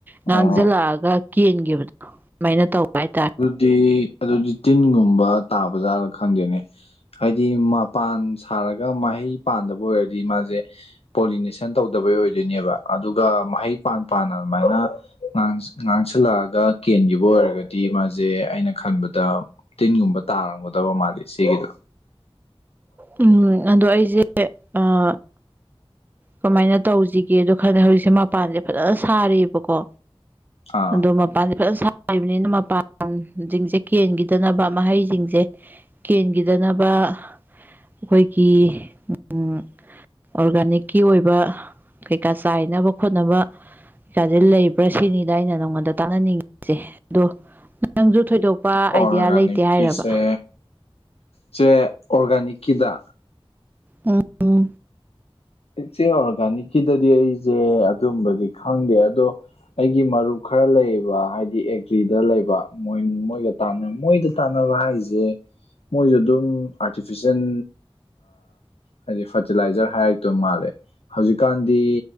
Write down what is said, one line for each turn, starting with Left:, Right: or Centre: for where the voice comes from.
Right: ꯉꯥꯡꯁꯤꯜꯂꯛꯑꯒ
Left: ꯑꯣ
Right: ꯀꯦꯟꯈꯤꯕꯗꯣ ꯑꯗꯨꯃꯥꯏꯅ ꯇꯧꯕ ꯍꯥꯏꯇꯥꯔꯦ
Left: ꯗꯤ ꯑꯗꯨꯗꯤ ꯇꯤꯟꯒꯨꯝꯕ ꯇꯥꯕꯖꯥꯠꯔ ꯈꯪꯗꯦꯅꯦ ꯍꯥꯏꯗꯤ ꯃꯄꯥꯟ ꯁꯥꯔꯒ ꯃꯍꯩ ꯄꯥꯟꯗꯕ ꯑꯣꯏꯔꯗꯤ ꯃꯥꯁꯦ ꯄꯣꯂꯤꯅꯦꯁꯟ ꯇꯧꯗꯕꯩ ꯑꯣꯏꯗꯣꯏꯅꯦꯕ ꯑꯗꯨꯒ ꯃꯍꯩ ꯄꯥꯟ ꯄꯥꯟꯅ ꯑꯗꯨꯃꯥꯏꯅ ꯉꯥꯡꯁꯜꯂꯛꯑꯒ ꯀꯦꯟꯈꯤꯕ ꯑꯣꯏꯔꯒꯗꯤ ꯗꯤ ꯃꯥꯁꯦ ꯑꯩꯅ ꯈꯟꯕꯗ ꯇꯤꯟꯒꯨꯝꯕ ꯇꯥꯔꯝꯒꯗꯕ ꯃꯥꯜꯜꯂꯤꯦ ꯁꯤꯒꯤꯗꯣ
Right: ꯎꯝ ꯑꯗꯣ ꯑꯩꯁꯦ ꯑ ꯀꯃꯥꯏꯅ ꯇꯧꯁꯤꯒꯦ ꯑꯗꯣ ꯈꯪꯉꯦ ꯍꯧꯖꯤꯛꯁꯦ ꯃꯄꯥꯟꯁꯦ ꯐꯖꯅ ꯁꯥꯔꯤꯑꯕꯀꯣ
Left: ꯑꯥ
Right: ꯑꯗꯣ ꯃꯄꯥꯟ ꯍꯥꯏꯕꯅꯤꯅ ꯃꯄꯥꯟꯁꯤꯡꯁꯦ ꯀꯦꯟꯈꯤꯗꯅꯕ ꯃꯍꯩꯁꯤꯡꯁꯦ ꯀꯦꯟꯈꯤꯗꯅꯕ ꯑꯩꯈꯣꯏꯒꯤ ꯎꯝ ꯑꯣꯔꯒꯥꯅꯤꯛꯀꯤ ꯑꯣꯏꯕ ꯀꯩꯀꯥ ꯆꯥꯏꯅꯕ ꯈꯣꯠꯅꯕ ꯀꯩꯀꯥꯁꯦ ꯂꯩꯕ꯭ꯔꯥ ꯁꯤꯅꯤꯗ ꯑꯩꯅ ꯅꯪꯉꯣꯟꯗ ꯇꯥꯟꯅꯅꯤꯡꯉꯤꯁꯦ ꯑꯗꯣ ꯅꯪꯁꯨ ꯊꯣꯏꯗꯣꯛ ꯄ ꯑꯥꯏꯗꯤꯌꯥ
Left: ꯑꯣꯔꯒꯥꯅꯤꯛꯀꯤꯁꯦ
Right: ꯂꯩꯇꯦ ꯍꯥꯏꯔꯕ
Left: ꯆꯦ ꯑꯣꯔꯒꯅꯤꯛ ꯀꯤ ꯀꯗ
Right: ꯎꯝ
Left: ꯏꯆꯦ ꯑꯣꯔꯒꯥꯅꯤꯛꯀꯤꯗꯗꯤ ꯑꯩꯁꯦ ꯑꯗꯨꯝꯕꯗꯤ ꯈꯪꯗꯦ ꯑꯗꯣ ꯑꯩꯒꯤ ꯃꯔꯨꯞ ꯈꯔ ꯂꯩꯕ ꯍꯥꯏꯗꯤ ꯑꯦꯒ꯭ꯔꯤꯗ ꯂꯩꯕ ꯃꯣꯏ ꯃꯣꯏꯒ ꯃꯣꯏꯗ ꯇꯥꯟꯅꯕ ꯍꯥꯏꯁꯦ ꯃꯣꯏꯁꯨ ꯑꯗꯨꯝ ꯑꯥꯔꯇꯤꯐꯤꯁꯦꯜ ꯍꯥꯏꯗꯤ ꯐꯔꯇꯤꯂꯥꯏꯖꯔ ꯍꯥꯏꯔ ꯇ ꯃꯥꯜꯂꯦ ꯍꯧꯖꯤꯛꯀꯥꯟꯗꯤ